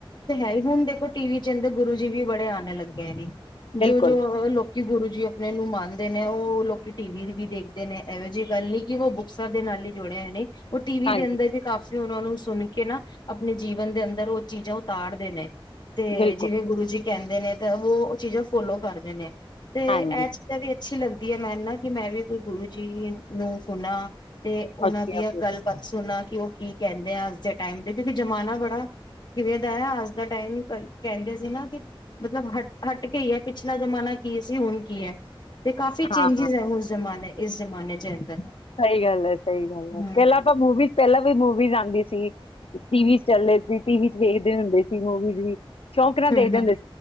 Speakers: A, on the left; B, on the left.
A: ਤੇ ਹੈ ਹੀ ਹੁਣ ਦੇਖੋ ਟੀ ਵੀ ਚ ਗੁਰੂ ਜੀ ਵੀ ਬੜੇ ਆਣੇ ਲੱਗੇ ਨੇ
B: ਬਿਲਕੁਲ
A: ਜੋ ਜੋ ਲੋਕੀ ਗੁਰੂ ਜੀ ਆਪਣੇ ਨੂੰ ਮਾਨਦੇ ਨੇ ਉਹ ਲੋਕੀ ਟੀ ਵੀ ਵੀ ਦੇਖਦੇ ਨੇ ਇਹੋ ਜਿਹੀ ਗੱਲ ਨਹੀਂ ਕਿ ਉਹ ਬੁੱਕਸਾਂ ਦੇ ਨਾਲ ਹੀ ਜੁੜੇ ਨੇ ਉਹ ਟੀ ਵੀ
B: ਹਾਂਜੀ
A: ਦੇ ਅੰਦਰ ਜ ਕਾਫੀ ਉਹਨਾਂ ਨੂੰ ਸੁਣ ਕੇ ਨਾ ਆਪਣੇ ਜੀਵਨ ਦੇ ਅੰਦਰ ਉਹ ਚੀਜ਼ਾਂ ਤਾੜਦੇ ਨੇ ਤੇ
B: ਬਿਲਕੁਲ
A: ਜਿਵੇਂ ਗੁਰੂ ਜੀ ਕਹਿੰਦੇ ਨੇ ਤਾਂ ਉਹ ਚੀਜ਼ਾਂ ਫੋਲੋ ਕਰਦੇ ਨੇ ਤੇ
B: ਹਾਂਜੀ
A: ਇਹ ਚੀਜ਼ਾਂ ਵੀ ਅੱਛੀ ਲੱਗਦੀ ਹੈ ਮੈਨੂੰ ਨਾ ਕਿ ਮੈਂ ਵੀ ਕੋਈ ਗੁਰੂ ਜੀ ਨੂੰ ਸੁਣਾ ਤੇ ਉਹਨਾਂ
B: ਓਕੇ
A: ਦੀਆਂ
B: ਓਕੇ
A: ਗੱਲ ਬਾਾਤ ਸੁਣ ਕਿ ਉਹ ਕੀ ਕਹਿੰਦੇ ਆ ਅੱਜ ਦੇ ਟਾਈਮ ਦੇ ਕਿਉਂਕਿ ਜਮਾਨਾ ਬੜਾ ਕਿਵੇਂ ਅੱਜ ਦਾ ਟਾਈਮ ਕਹਿੰਦੇ ਸੀ ਨਾ ਕਿ ਮਤਲਬ ਹ ਹਟ ਕੇ ਹੀ ਹੈ ਪਿਛਲਾ ਜਮਾਨਾ ਕੀ ਸੀ ਹੁਣ ਕੀ ਹੈ ਤੇ ਕਾਫ਼ੀ
B: ਹਾਂ
A: ਚੇਂਜਿਸ ਹੈ ਉਸ ਜ਼ਮਾਨੇ ਇਸ ਜ਼ਮਾਨੇ ਚ ਅੰਦਰ
B: ਸਹੀ ਗੱਲ ਹੈ ਸਹੀ ਗੱਲ ਹੈ
A: ਹਮ
B: ਪਹਿਲਾਂ ਆਪਾਂ ਮੂਵੀਜ਼ ਪਹਿਲਾਂ ਵੀ ਮੂਵੀਜ਼ ਆਉਂਦੀ ਸੀ ਟੀਵੀ ਚ ਚੱਲਦੇ ਸੀ ਟੀਵ ਚ ਵੇਖਦੇ ਹੁੰਦੇ ਸੀ ਮੂਵੀਜ਼ ਵੀ ਚੌਕਰਾਂ
A: ਹਮ
B: ਦੇਖਦੇ
A: ਹਮ
B: ਹੁੰਦੇ